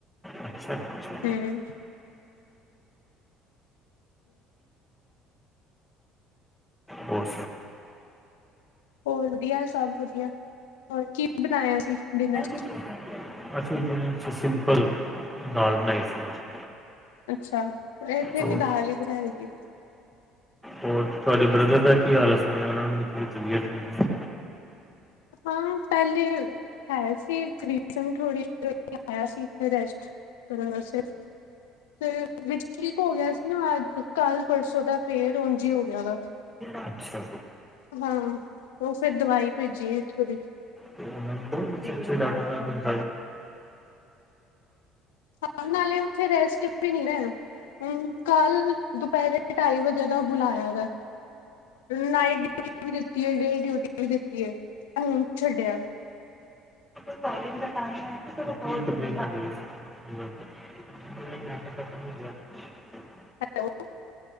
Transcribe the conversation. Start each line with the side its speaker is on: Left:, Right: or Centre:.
Centre: ਅੱਛਾ ਅੱਛਾ
Left: ਹੂੰ
Centre: ਹੋਰ
Left: ਹੋਰ ਵਧੀਆ ਸਭ ਵਧੀਆ ਹੋਰ ਕੀ ਬਣਾਇਆ ਸੀ ਡਿਨਰ
Centre: <inaudible> ਅਸੀ ਸਿੰਮਪਲ ਦਾਲ ਬਣਾਈ ਸੀ।
Left: ਅੱਛਾ ਇੱਥੇ
Centre: ਹੋਰ
Left: ਵੀ ਦਾਲ ਹੀ ਬਣਾਏਗੀ
Centre: ਹੋਰ ਤੁਹਾਡੇ ਬ੍ਰਦਰ ਦਾ ਕੀ ਹਾਲ ਹੈ ਸੁਣਿਆ ਉਹਨਾਂ ਦੀ ਤਬੀਅਤ ਠੀਕ ਨੀ
Left: ਹਾਂ ਪਹਿਲੇ ਹੈ ਸੀ ਥੋੜ੍ਹੀ ਆਇਆ ਸੀ ਰੈਸਟ ਕਰਨ ਵਾਸਤੇ ਤੇ ਵਿੱਚ ਠੀਕ ਹੋ ਗਿਆ ਸੀ ਨਾ ਅੱਜ ਕੱਲ ਪਰਸੋਂ ਦਾ ਫੇਰ ਉਨਝ ਹੋ ਗਿਆ ਵਾ
Centre: ਅੱਛਾ
Left: ਹਾਂ ਉਹ ਫੇਰ ਦਵਾਈ ਭੇਜੀਏ ਇੱਥੋਂ ਦੀ
Centre: ਤੇ ਉਹਨਾਂ ਨੂੰ ਅੀ ਡਟ
Left: ਪਾ ਨਾਲੇ ਉਥੇ ਰੈਸਟ ਵੀ ਨੀ ਨਾ ਹੈ ਹਮ ਕੱਲ ਦੁਪਹਿਰੇ ਢਾਈ ਵਜੇ ਦਾ ਬੁਲਾਇਆ ਦਾ ਨਾਈਟ ਡਿਊਟੀ ਵੀ ਦਿੱਤੀ ਹੈ ਡੇ ਡਿਊਟੀ ਵੀ ਦਿੱਤੀ ਹੈ ਹੁਣ ਛੱਡਿਆ
Centre: ਕੋਲਜ ਦਾ ਟਾਈਮ ਹੈ ਹ ਜਾ <unintelligible>
Left: ਹੈਲੋ